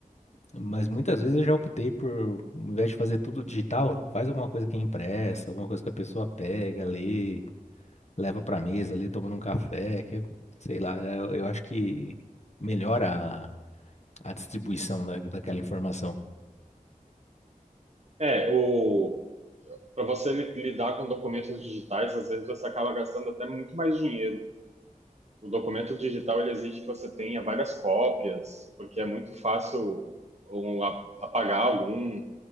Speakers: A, on the left; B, on the right.
A: Mas muitas vezes eu já optei por, ao invés de fazer tudo digital, faz alguma coisa que é impressa, alguma coisa que a pessoa pega, lê, leva pra mesa ali, tomando um café, que, é, sei lá, eu, eu acho que melhora a, a distribuição da, daquela informação.
B: É, o para você li- lidar com documentos digitais, às vezes você acaba gastando até muito mais dinheiro. O documento digital ele exige que você tenha várias cópias, porque é muito fácil um, a- apagar algum,